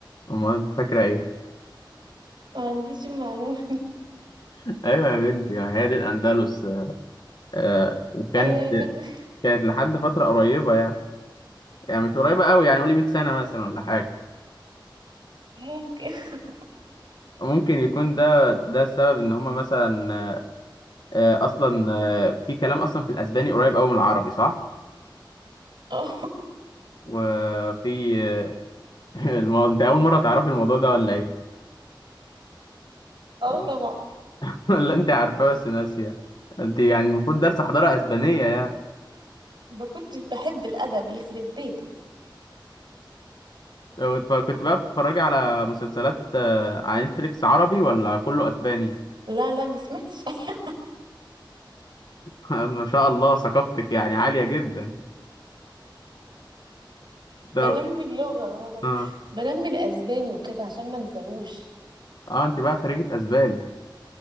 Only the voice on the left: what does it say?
امال انت فاكره ايه
<laughs> ايوه يا بنتي ما هي دي الاندلس آه،
وكانت
كانت لحد فترة قريبة يعني يعني مش قريبة قوي يعني قولي 100 سنة مثلا ولا حاجة
ممكن يكون ده ده السبب ان هما مثلا آه، اصلا آه، في كلام اصلا في الاسباني قريب قوي من العربي صح
وفي آه، <laughs> المو... انت اول مرة تعرفي الموضوع ده ولا ايه
<laughs>
ولا انت عارفاه بس ناسية انت يعني المفروض درس حضارة اسبانية يعني
وتف- كنت بقى بتتفرجي على مسلسلات آه، على نتفليكس عربي ولا كله اسباني
<laughs> ما شاء الله ثقافتك يعني عالية جدا ده
آه.
اه انت بقى خريجة اسباني